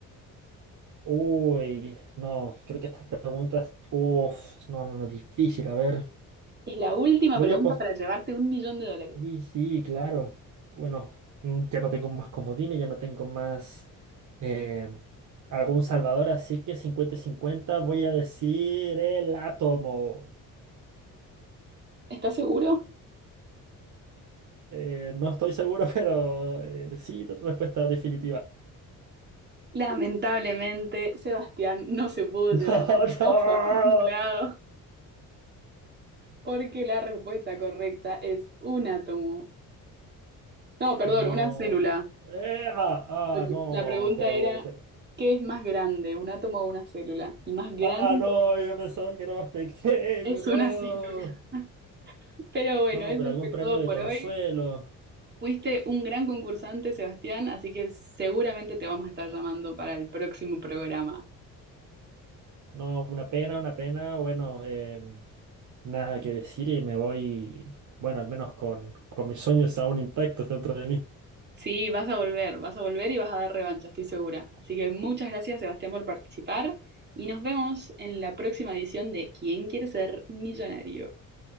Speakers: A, on the right; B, on the right.
A: Uy, no, creo que estas preguntas, uff, no, no, no, difícil, a ver.
B: Es la última
A: Voy
B: pregunta
A: a post...
B: para llevarte un millón de dólares.
A: Y sí, claro. Bueno, mm, ya no tengo más comodines, ya no tengo más eh, algún salvador, así que cincuenta y 50 voy a decir el átomo.
B: ¿Estás seguro?
A: Eh, no estoy seguro, <laughs> pero eh, sí, respuesta definitiva. <laughs>
B: Lamentablemente, Sebastián no se pudo llevar
A: No,
B: el pozo
A: no.
B: acumulado porque la respuesta correcta es un átomo. No, perdón,
A: No.
B: una célula.
A: Eh, ah,
B: Ok,
A: ah, no,
B: La pregunta
A: pero,
B: era,
A: pero-
B: ¿qué es más grande, un átomo o una célula? Y más grande
A: Ah, no, yo pensaba que era más pequeño,
B: es
A: no.
B: una <laughs> célula. Pero bueno,
A: No,
B: eso
A: pero algún
B: fue
A: premio
B: todo
A: de
B: por
A: consuelo.
B: hoy. Fuiste un gran concursante, Sebastián, así que seguramente te vamos a estar llamando para el próximo programa.
A: No, una pena, una pena. Bueno, em, nada que decir y me voy, bueno, al menos con, con mis sueños aún intactos dentro de mí.
B: Sí, vas a volver, vas a volver y vas a dar revancha, estoy segura. Así que muchas gracias, Sebastián, por participar y nos vemos en la próxima edición de ¿Quién quiere ser millonario?